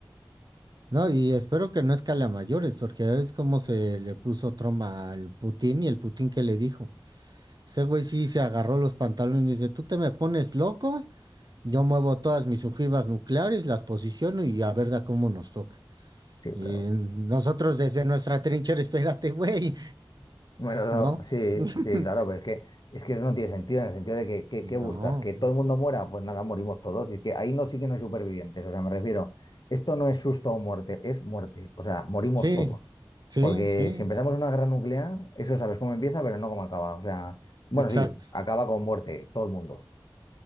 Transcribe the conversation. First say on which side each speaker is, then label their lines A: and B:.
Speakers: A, on the right (about 50°); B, on the left (about 55°).
A: No, y espero que no escale a mayores, porque ya es como se le puso Trump al Putin y el Putin que le dijo. Ese güey sí se agarró los pantalones y dice, ¿tú te me pones loco? Yo muevo todas mis ojivas nucleares, las posiciono y a ver da cómo nos toca.
B: Sí,
A: Y
B: pero
A: nosotros desde nuestra trinchera, <laughs> espérate, güey,
B: bueno, no,
A: ¿no?
B: sí,
A: <laughs>
B: sí, claro, pero es que es que eso no tiene sentido, en el sentido de que, que-
A: Y
B: ¿qué
A: No,
B: buscas? ¿Que todo el mundo muera? Pues nada, morimos todos. Y es que ahí no sí que no hay supervivientes. O sea, me refiero, esto no es susto o muerte, es muerte. O sea, morimos
A: sí,
B: todos.
A: sí,
B: Porque
A: sí,
B: si empezamos una guerra nuclear, eso sabes cómo empieza, pero no cómo acaba. O sea, bueno,
A: exacto.
B: sí, acaba con muerte, todo el mundo,